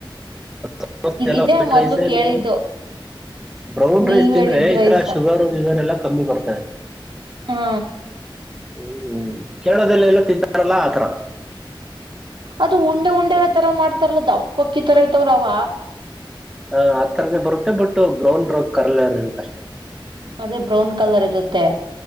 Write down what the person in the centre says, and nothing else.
<inaudible> ಎಲ್ಲ
ವೈಟ್
ರೈಸ್ ಎ
ನೀವು. ಬ್ರೌನ್
ರೈಸ್ ತಿಂದ್ರೆ
ಇತರ
ಶುಗರ್ ಗಿಗರ್ ಎಲ್ಲ ಕಮ್ಮಿ ಬರ್ತವೆ.
<unintelligible> ಕೇರಳದಲ್ಲಿ ಎಲ್ಲ ತಿಂತಾರಲ್ಲ ಅಥರಾ.
ಆ ಆತರನೆ ಬರುತ್ತೆ ಬಟ್ ಬ್ರೌನ್ ರೋಗ್ ಕಲರ್ ಇರುತ್ತೆ ಅಷ್